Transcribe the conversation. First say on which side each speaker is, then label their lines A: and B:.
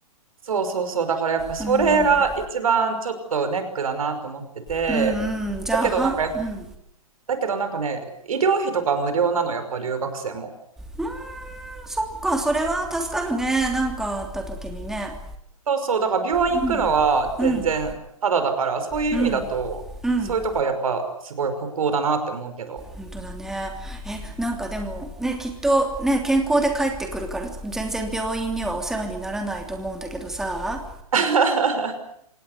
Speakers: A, on the right (about 70°); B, in the centre.
A: そうそうそう。だからやっぱそれが一番ちょっとネックだなと思ってて、
B: うんうんうんじゃあはうんう
A: だけどなんか、だけどなんかね、医療費とか無料なの、やっぱ留学生も。
B: ーんそっかそれは助かるねなんかあった時にね
A: そうそう、だから病院行くのは全然ただだから、
B: うんうん
A: そういう意味だと、
B: うんうん
A: そういうとこはやっぱすごい北欧だなって思うけど。
B: 本当だねえなんかでもねきっとね健康で帰ってくるから全然病院にはお世話にならないと思うんだけどさ
A: <laughs>